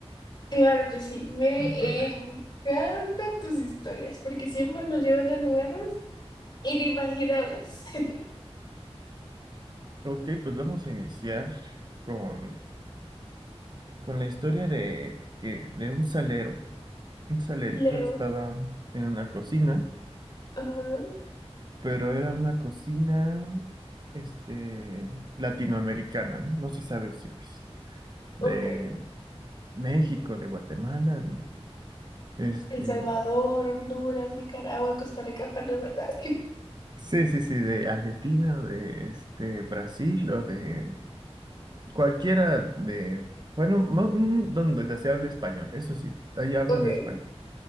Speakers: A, on the left (about 40°); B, on the right (about 40°).
A: claro que sí. Me
B: <clears throat>
A: encantan tus historias porque siempre nos llevan a lugares inimaginables. <laughs>
B: Ok, pues vamos a iniciar con, con la historia de, que, de un salero. Un salerito
A: Claro.
B: estaba en una cocina,
A: Ajá.
B: pero era una cocina, este, latinoamericana, ¿no? No se sabe si es de
A: Ok.
B: México, de Guatemala, de- este,
A: El Salvador, Honduras, Nicaragua, Costa Rica, Panamá. <laughs>
B: sí, sí, sí, de Argentina, de este, Brasil o de cualquiera de, bueno, mo- mm, donde ya se hable español, eso sí, ahí hablan
A: Ok,
B: español,